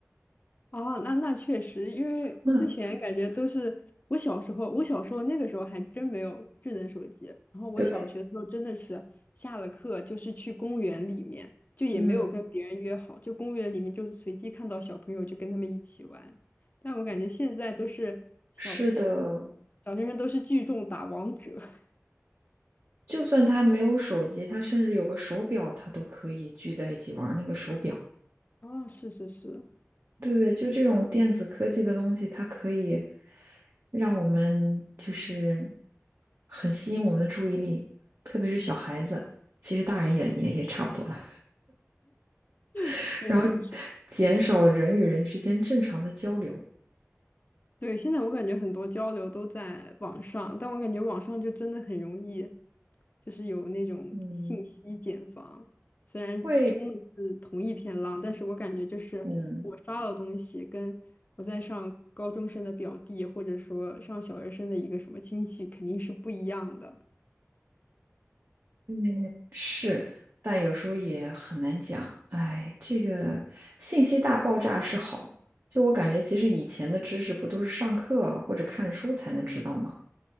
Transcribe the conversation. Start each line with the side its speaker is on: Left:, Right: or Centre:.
Left: 哦，那那确实，因为之前感觉都是我小时候，
Right: 嗯，
Left: 我小时候那个时候还真没有智能手机。然后我小学的时候真的是下了课就是去公园里面，
Right: 对，
Left: 就也没有跟别人约好，
Right: 嗯，
Left: 就公园里面就是随机看到小朋友就跟他们一起玩。但我感觉现在都是小
Right: 是的。
Left: 小学生都是聚众打王者。<laughs>
Right: 就算他没有手机，他甚至有个手表，他都可以聚在一起玩那个手表。
Left: 哦，是是是
Right: 对对，就这种电子科技的东西，它可以让我们就是很吸引我们的注意力，特别是小孩子，其实大人也也也差不多了。
Left: 是。
Right: <laughs> 然后减少了人与人之间正常的交流，
Left: 对，现在我感觉很多交流都在网上，但我感觉网上就真的很容易，就是有那种信息茧房。
Right: 嗯，
Left: 虽然冲的是同一片浪，
Right: 会，
Left: 但是我感觉就是我刷到的东西，
Right: 嗯
Left: 跟我在上高中生的表弟，或者说上小学生的一个什么亲戚，肯定是不一样的。
Right: 嗯是，但有时候也很难讲。哎，这个信息大爆炸是好，就我感觉，其实以前的知识不都是上课啊或者看书才能知道吗？